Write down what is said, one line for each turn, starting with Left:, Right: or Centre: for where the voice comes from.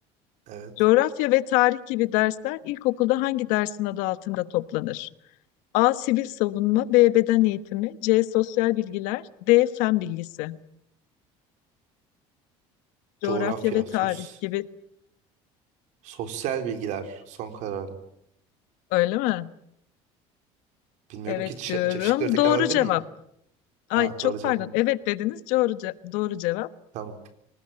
Right: Evet.
Left: Coğrafya ve tarih gibi dersler ilkokulda hangi dersin adı altında toplanır? A. Sivil savunma, B. Beden eğitimi, C. Sosyal bilgiler, D. Fen bilgisi. Coğrafya
Right: Coğrafya.
Left: ve tarih
Right: Sos.
Left: gibi
Right: Sosyal bilgiler son kararım.
Left: öyle mi?
Right: Bilmiyorum
Left: Evet
Right: ki ç-
Left: diyorum.
Right: ç- şıkları tekrar
Left: Doğru
Right: alabilir
Left: cevap.
Right: miyim?
Left: Ay
Right: Ha
Left: çok
Right: doğru cevap.
Left: pardon. Evet dediniz. Doğru, ce- doğru cevap.
Right: Tamam.